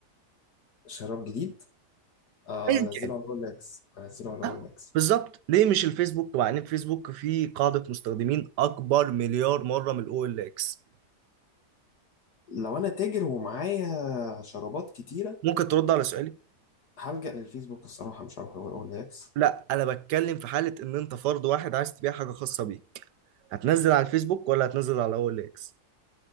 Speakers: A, on the left; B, on the right.
A: شراب جديد اه
B: ايا
A: انزله
B: كان
A: على رولكس انزله على رولكس
B: آه، بالظبط ليه مش الفيسبوك مع ان الفيسبوك فيه قاعدة مستخدمين اكبر مليار مرة من الاو ال اكس
A: لو انا تاجر ومعايا شرابات كتيره
B: ممكن ترد على سؤالي
A: هلجأ للفيسبوك الصراحه مش هروح رولكس
B: لا انا بتكلم في حالة ان انت فرد واحد عايز تبيع حاجة خاصة بيك هتنزل على الفيسبوك ولا هتنزل على الاو ال اكس